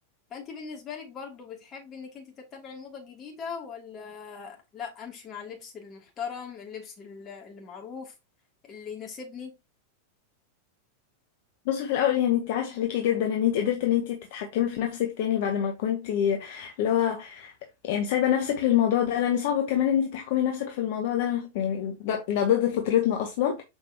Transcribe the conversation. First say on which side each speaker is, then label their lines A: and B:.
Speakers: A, on the left; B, on the left.
A: فانت بالنسبة لك برضو بتحبي انك انت تتبعي الموضة الجديدة ولا لا امشي مع اللبس المحترم اللبس ال- اللي معروف اللي يناسبني
B: بصي في الاول يعني انت عاش عليكي جدا ان انت قدرتي ان انت تتحكمي في نفسك تاني بعد ما كنتي اللي هو يعني سايبة نفسك للموضوع ده لأن صعب كمان إن انت تحكمي نفسك في الموضوع ده أنا يعني ده, ده ضد فطرتنا أصلا